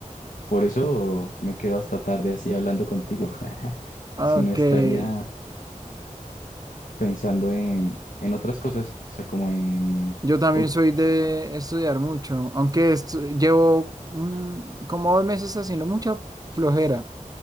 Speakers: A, on the left; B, on the right.
A: Por eso me quedo hasta tarde así hablando contigo. <laughs>
B: Aunque
A: Si no estaría pensando en, en otras cosas, o sea, como en...
B: yo también
A: Uy,
B: soy de estudiar mucho, aunque estu- llevo mm, como dos meses haciendo mucha flojera,